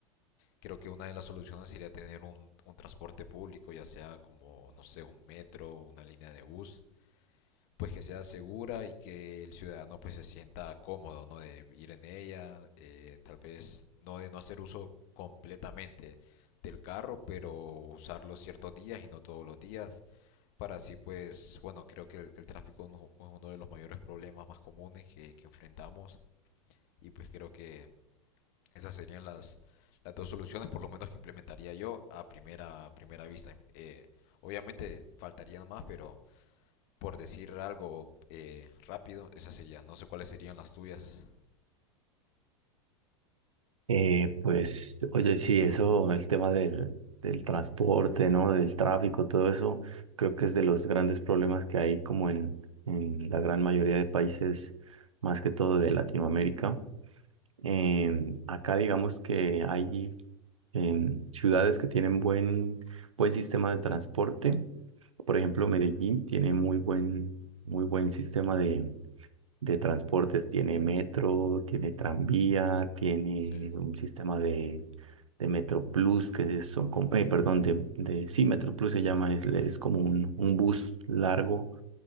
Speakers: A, on the left; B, on the right.
A: creo que una de las soluciones sería tener un, un transporte público, ya sea como, no sé, un metro, una línea de bus, pues que sea segura y que el ciudadano pues se sienta cómodo, ¿no? De ir en ella, eh, tal vez no de no hacer uso completamente del carro, pero usarlo ciertos días y no todos los días. Para así, pues, bueno, creo que el, que el tráfico es uno- de los mayores problemas más comunes que, que enfrentamos y pues creo que esas serían las, las dos soluciones, por lo menos que implementaría yo a primera, a primera vista. Eh, obviamente faltarían más, pero por decir algo eh, rápido, esa sería. No sé cuáles serían las tuyas.
B: Eh, pues, oye, sí, eso, el tema del, del transporte, ¿no? Del tráfico, todo eso, creo que es de los grandes problemas que hay como en, en la gran mayoría de países, más que todo de Latinoamérica. Em, acá digamos que hay em, ciudades que tienen buen, buen sistema de transporte. Por ejemplo, Medellín tiene muy buen, muy buen sistema de transportes. Tiene metro, tiene tranvía, tiene
A: Sí.
B: un sistema de, de Metro Plus, que son como, eh, perdón, de, de, sí, Metro Plus se llama, es, es como un, un bus largo.